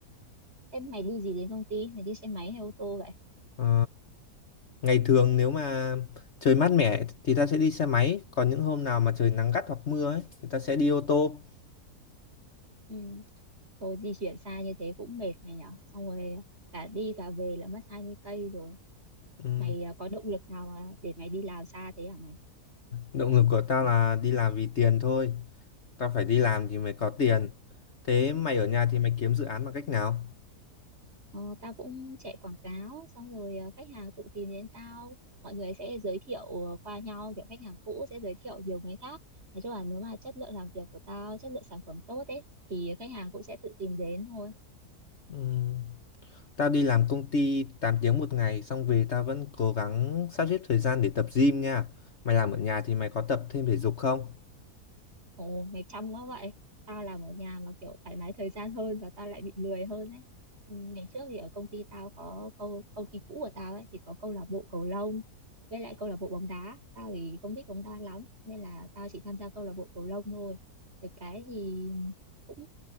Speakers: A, on the right (about 40°); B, on the left (about 50°).
A: em mày đi gì đến công ty mày đi xe máy hay ô tô vậy
B: Ờ, ngày thường nếu mà trời mát mẻ thì ta sẽ đi xe máy, còn những hôm nào mà trời nắng gắt hoặc mưa ấy thì ta sẽ đi ô tô.
A: ừ thôi di chuyển xa như thế cũng mệt mày nhở xong rồi cả đi cả về là mất 20 cây rồi
B: Ừm,
A: mày à, có động lực nào à, để mày đi làm xa thế hả mày
B: Động lực của tao là đi làm vì tiền thôi. tao phải đi làm thì mới có tiền thế mày ở nhà
A: ờ,
B: thì mày kiếm dự án bằng cách nào
A: ờ, tao cũng chạy quảng cáo xong rồi à, khách hàng tự tìm đến tao mọi người sẽ giới thiệu à, qua nhau kiểu khách hàng cũ sẽ giới thiệu nhiều người khác nói chung là nếu mà chất lượng làm việc của tao chất lượng sản phẩm tốt ấy thì khách hàng cũng sẽ tự tìm đến thôi
B: Ừm, tao đi làm công ty 8 tiếng một ngày xong về tao vẫn cố gắng sắp xếp thời gian để tập gym nha mày làm ở nhà thì mày có tập thêm thể dục không
A: Ồ, mày trong quá vậy. Tao làm ở nhà mà kiểu thoải mái thời gian hơn và tao lại bị lười hơn ấy. Ừ, Ngày trước thì ở công ty tao có câu công ty cũ của tao ấy thì có câu lạc bộ cầu lông với lại câu lạc bộ bóng đá. Tao thì không thích bóng đá lắm nên là tao chỉ tham gia câu lạc bộ cầu lông thôi. Được cái thì cũng